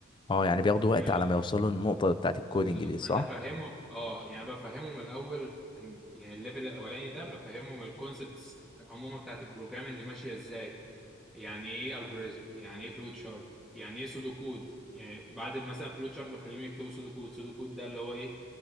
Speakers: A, on the left; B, in the centre.
A: اه يعني بياخدوا وقت
B: يعني
A: على ما يوصلوا النقطة بتاعت الكودينج
B: بالظبط.
A: دي صح
B: أنا فاهمهم أه يعني بفهمهم الأول إن- يعني الليفل الأولاني ده بفهمهم الكونسبتس عموما بتاعت البروجرامينج ماشية إزاي يعني ايه الجوريزم يعني ايه فلوت شارت يعني ايه سودو كود يعني بعد مثلا فلوت شارت بخليهم يكتبوا سودو كود سودو كود ده اللي هو ايه